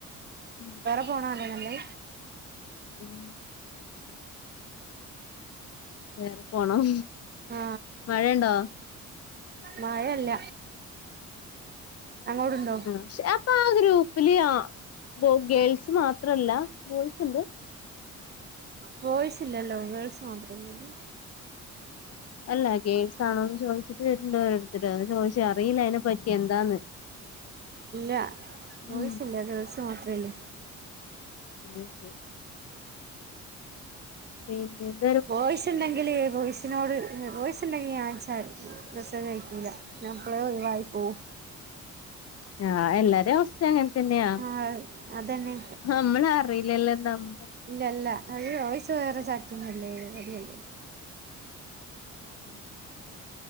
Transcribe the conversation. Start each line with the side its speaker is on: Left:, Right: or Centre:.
Left: ഉ
Right: <unintelligible> അല്ലേ നല്ലെ
Left: ഉം വേറെ പോണം
Right: ആ
Left: മഴയുണ്ടോ
Right: മയല്ല അങ്ങോടുണ്ടോ
Left: ആഹ് പക്ഷെ അപ്പൊ ആ ഗ്രൂപ്പില് ആ ബോ ഗേൾസ് മാത്രല്ല ബോയ്സ് ണ്ട്
Right: ബോയ്സ് ഇല്ലല്ലോ ഗേൾസ് മാത്രല്ലേള്ളു
Left: അല്ല ഗേൾസ് ആണോന്ന് ചോദിച്ചിട്ട് രണ്ടോടത്തിട്ടന്ന് ചോദിച്ചു അറിയില്ല അതിനെ പറ്റി എന്താന്ന് <inaudible>
Right: ഇല്ല ബോയ്സ്
Left: ഉം
Right: ഇല്ല ഗേൾസ് മാത്രമേഉളളൂ
Left: <inaudible> പിന്ന
Right: പോയിസ് ഉണ്ടെങ്കില് പോയി <unintelligible> ബോയിസ് ഉണ്ടെങ്കിൽ ഞാൻ അയച്ചാൽ മെസേജ് അഴിക്കല്ല ഞാൻ പളെവായി പോവും
Left: ആഹ് എല്ലാര അവസ്ഥ അങ്ങനെ തന്നെയ
Right: ആ അതന്നെ
Left: മ്മളറിയില്ലല്ലോ നമ്മ
Right: ഇല്ലല്ല അത് വോയിസ് വേറെ ചാറ്റിങ്ങല്ലേ <unintelligible>
Left: ഉം